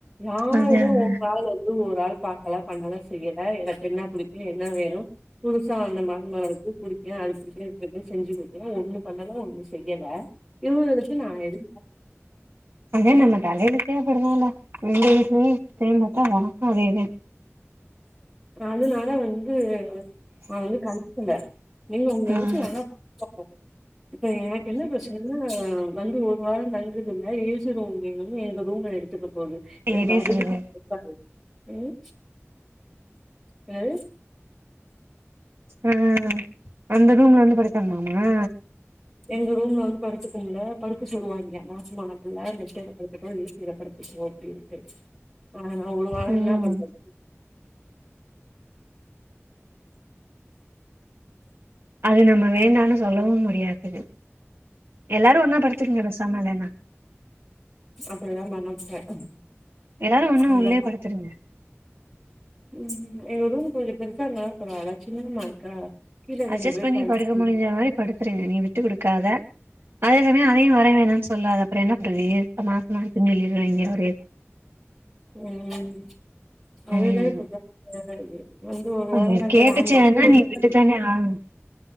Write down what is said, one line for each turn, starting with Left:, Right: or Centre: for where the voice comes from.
Centre: யாருமே
Right: அதா அதா
Centre: உங்காளு து ஒரு ஆள் பாக்கல பண்ணல செய்யல எனக்கு என்ன புடிக்கு என்ன வேணு புதுசா வந்த மருமகளுக்கு புடிக்கு அது புடிக்கு செஞ்சு குடுக்கல ஒண்ணு பண்ணல ஒண்ணு செய்யல இவுகளுக்கு நா எதுக்கு
Right: ஏ நம்ம தலையெழுத்தே அப்படி தாண்டா எங்க வீட்லயு சேந்தாத்தா உனக்கு அதேதா
Centre: அதுனால வந்து நா வந்து கண்டுகல ஏங்க உங்க
Right: ம்
Centre: வீட்ல <unintelligible> இப்ப எனக்கு என்ன பிரச்சனா வந்து ஒரு வாரம் தங்குதுல ஏசி ரூம் வேணுனு எங்க ரூம எடுத்துக்கு போகு எனக்கு
Right: இதே
Centre: அதுதா
Right: சொல்லுது
Centre: <unintelligible> ம் என்ன து
Right: அ அந்த ரூம்ல வந்து படுப்பாங்கலாமா
Centre: எங்க ரூம்ல வந்து படுத்துக்கும்ல படுக்க சொல்லுவாய்ங்க மாசமான புள்ள மெத்தைல படுத்துக்க ஏசியில படுத்துக்க ஓ அப்டி இருக்க ஆனா ஒரு வாரம்
Right: ம்
Centre: என்னா பண்றது
Right: அது நம்ம வேண்டான்னு சொல்லவும் முடியாது எல்லாரு ஒன்னா படுத்துகுங்க பேசாம இல்லைனா
Centre: அப்படிலா பண்ண முடியாது
Right: எல்லாரு ஒன்னா
Centre: அந்த
Right: உள்ளயே
Centre: <unintelligible>
Right: படுத்துருங்க
Centre: ம் எங்க ரூம் கொஞ்ச பெருசா இருந்தாலு பரவால்ல சின்ன ரூமா இருக்கா கீழ ரெண்டு
Right: அட்ஜஸ்ட்
Centre: பேர்
Right: பண்ணி
Centre: படுத்து
Right: படுக்க முடிஞ்ச மாரி படுத்துறங்க நீ விட்டு குடுக்காத அதே சமயம் அதையும் வர வேணாம் சொல்லாத அப்புற என்ன பண்றது மார்ச் மாசம் சொல்லிருவாங்க ஒரே
Centre: ம் அதுதா
Right: ம்
Centre: இப்ப பிரச்சன சரி வந்து ஒரு வாரம்
Right: அது
Centre: தங்கவேண்டா
Right: கேட்டுச்சுன்னா
Centre: அது மட்டும்
Right: நீ விட்டுத்தானே ஆகணு